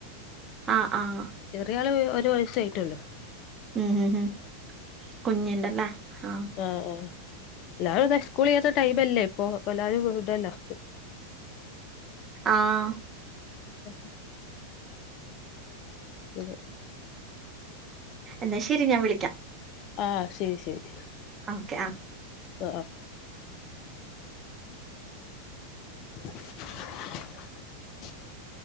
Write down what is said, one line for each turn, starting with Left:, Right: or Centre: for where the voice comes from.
Right: ആഹ് ആഹ്
Left: ചെറിയാള് ഒ ഒരു വയാസെയിട്ടൊള്ളു
Right: ഉം ഹം ഉം കുഞ്ഞിണ്ടല്ലെ ആഹ്
Left: ആഹ് ആഹ് എല്ലാവാരും തെ സ്കൂൾ ചെയ്യാത്തടൈംല്ലേ ഇപ്പൊ അപ്പ എല്ലരും ഉണ്ടല്ലോ
Right: ആഹ്
Left: <inaudible> <inaudible>
Right: എന്ന ശെരി ഞാൻ വിളിക്കാം
Left: ആഹ് ശെരി ശെരി
Right: ഓക്കെ ആഹ്
Left: ആഹ് <inaudible>